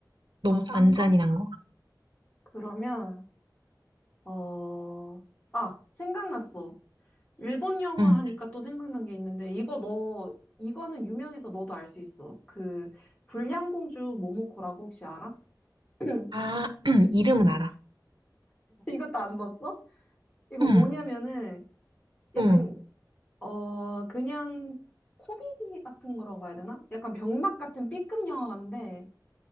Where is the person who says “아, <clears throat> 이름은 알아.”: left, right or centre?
Right